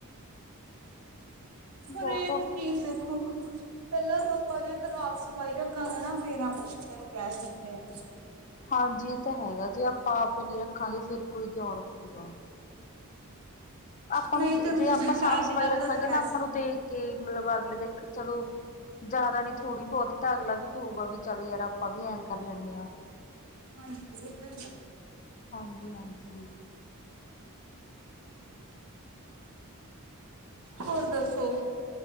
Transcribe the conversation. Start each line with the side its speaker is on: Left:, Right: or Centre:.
Right: ਹਰੇਕ
Left: ਬਹੁਤ
Right: ਚੀਜ਼ ਦੇਖੋ ਪਹਿਲਾਂ ਆਪਾਂ ਜੇ ਘਰ ਆਪ ਸਫ਼ਾਈ ਰੱਖਾਂਗੇ ਨਾ ਫੇਰ ਆਪਾਂ ਦੂਜਿਆਂ ਨੂੰ ਕਹਿ ਸਕਦੇ ਆ।
Left: ਹਾਂਜੀ ਇਹ ਤਾਂ ਹੈਗਾ ਜੇ ਆਪਾਂ ਆਪ ਹੀ ਨਹੀਂ ਰੱਖਾਂਗੇ ਫਿਰ ਕੋਈ ਕਿਉਂ ਰੱਖੂਗਾ। ਆਪਾਂ
Right: ਨਹੀਂ
Left: ਨੂੰ
Right: ਤੁਹਾਨੂੰ
Left: ਜੇ
Right: ਪਤਾ
Left: ਆਪਾਂ ਸਾਫ਼-ਸਫ਼ਾਈ
Right: ਅੱਜ ਕੱਲ
Left: ਰੱਖਾਂਗੇ
Right: ਦਾ ਤਾਂ ਵੈਸੇ
Left: ਨਾ ਆਪਾਂ ਨੂੰ ਦੇਖ ਕੇ ਮਤਲਬ ਅਗਲੇ ਦੇ ਚਲੋ। ਜ਼ਿਆਦਾ ਨੀ ਥੋੜ੍ਹੀ ਬਹੁਤੀ ਹੀ ਤਾਂ ਅਗਲਾ ਵੀ ਕਹੂੰਗਾ ਵੀ ਚੱਲ ਯਾਰ ਆਪਾਂ ਵੀ ਐਂ ਕਰ ਲੈਣੇ ਆ।
Right: ਹਾਂਜੀ ਇਹ ਤਾਂ ਹੈ।
Left: ਹਾਂਜੀ-ਹਾਂਜੀ।
Right: ਹੋਰ ਦੱਸੋ?